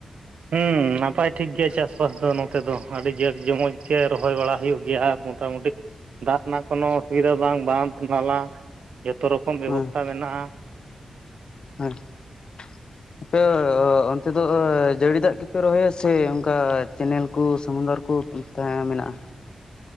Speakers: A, on the right; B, on the left.
A: ᱦᱩᱸ ᱱᱟᱯᱟᱭ ᱴᱷᱤᱠ ᱜᱮᱭᱟ ᱪᱟᱥᱵᱟᱥ ᱫᱚ ᱱᱚᱛᱮ ᱫᱚ ᱟᱹᱰᱤ ᱡᱟᱠ ᱡᱚᱢᱚᱡ ᱜᱮ ᱨᱚᱦᱚᱭ ᱵᱟᱲᱟ ᱦᱩᱭᱩᱜ ᱜᱮᱭᱟ ᱾ᱟᱨ ᱢᱳᱴᱟᱢᱩᱴᱤ ᱫᱟᱜ ᱨᱮᱱᱟᱜ ᱠᱳᱱᱳ ᱚᱥᱩᱵᱤᱫᱷᱟ ᱵᱟᱝ ᱵᱟᱸᱫ ᱱᱟᱞᱟ ᱡᱚᱛᱚ ᱨᱚᱠᱚᱢ ᱵᱮᱵᱚᱥᱛᱷᱟ
B: ᱦᱮᱸ
A: ᱢᱮᱱᱟᱜᱼᱟ᱾
B: <unintelligible> ᱟᱯᱮ ᱚᱱᱛᱮ ᱫᱚ ᱡᱟᱹᱲᱤ ᱫᱟᱜ ᱜᱮᱯᱮ ᱨᱚᱦᱚᱭᱟ ᱥᱮ ᱚᱱᱠᱟ ᱪᱮᱱᱮᱞ ᱠᱚ ᱥᱚᱢᱩᱱᱫᱚᱨ ᱠᱚ ᱛᱟᱦᱮᱸ ᱢᱮᱱᱟᱜᱼᱟ᱾